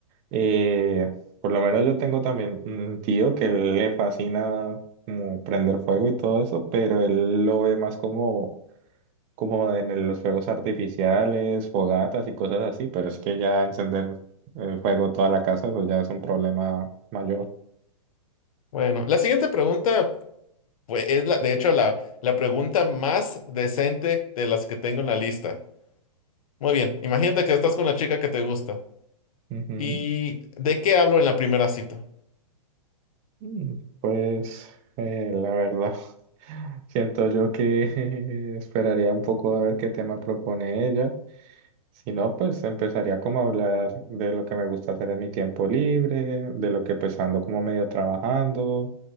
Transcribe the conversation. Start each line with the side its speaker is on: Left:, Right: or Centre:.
Right: eh, por lo menos yo tengo también un tío que le fascina como prender fuego y todo eso, pero él lo ve más como, como en el- los fuegos artificiales, fogatas y cosas así, pero es que ya encender en fuego toda la casa, eso ya es un problema mayor.
Left: Bueno, la siguiente pregunta pues, es la, de hecho la, la pregunta más decente de las que tengo en la lista. Muy bien, imagínate que estás con la chica que te gusta.
Right: Ujú.
Left: ¿Y de qué hablo en la primera cita?
Right: Mm, Pues eh, la verdad, <laughs> siento yo que <laughs> esperaría un poco a ver qué tema propone ella. Si no, pues empezaría como a hablar de lo que me gusta hacer en mi tiempo libre, de lo que pues ando como medio trabajando